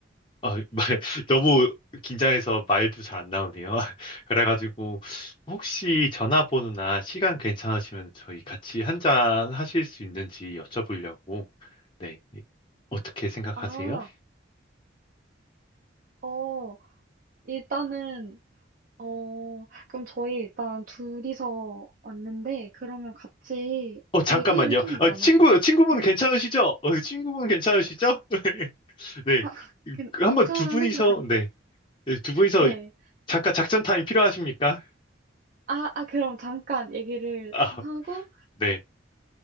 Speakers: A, on the left (about 25°); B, on the right (about 45°).
A: 아, 말, <laughs> 너무 긴장해서 말도 잘 안 나오네요. <laughs> 그래가지고, 혹시 전화번호나 시간 괜찮으시면 저희 같이 한잔 하실 수 있는지 여쭤보려고, 네. 어떻게 생각하세요?
B: 아, 어, 일단은, 어, 그럼 저희 일단 둘이서 왔는데, 그러면 같이
A: 어, 잠깐만요.
B: 얘기를 좀
A: 어,
B: 나눠볼까?
A: 친구, 친구분
B: 네,
A: 괜찮으시죠? 어, 친구분 괜찮으시죠? <laughs> 네.
B: 아, <laughs> 괜,
A: 그
B: 괜찮은
A: 한번 두 분이서,
B: 것 같,
A: 네. 네, 두 분이서
B: 네.
A: 잠깐 작전 타임 필요하십니까?
B: 아, 아, 그럼 잠깐 얘기를
A: 아,
B: 좀 하고,
A: 네.